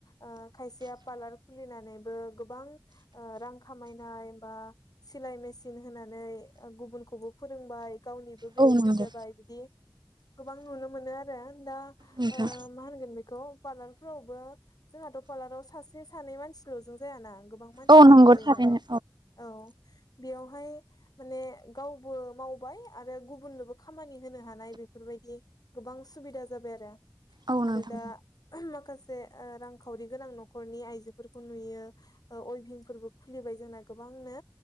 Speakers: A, on the left; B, on the right.
A: ओ खसेया पार्लार खुलिनानैबो गोबां ओ रां खामायनाय बा सिलाय मेसिन होनानै ओ गुबुनखौबो फोरोंबाय गावनिबो बेनिफिट
B: औ नंगौ
A: जाबाय बिदि गोबां नुनो मोनो आरो दा
B: नोंथां
A: ओ मा होनगोन बे- खौ पार्लार फोरावबो जोंहाथ' पार्लाराव सासे सानै मानसिल' जों जायाना गोबां मानसि
B: औ
A: नांगौ
B: नंगौ
A: जायो
B: थारैनो
A: नालाय औ बेयावहाय माने गावबो मावबाय आरो गुबुननोबो खामानि हो हानाय बेफोरबायदि गोबां सुबिदा जाबाय आरो
B: औ
A: आरो
B: नोंथां
A: दा <unintelligible> माखासे ओ रांखावरि गोनां न'खरनि आइजोफोरखौ नुयो ओ अयभिं फोरबो खुलिबाय जोंन गोबांनो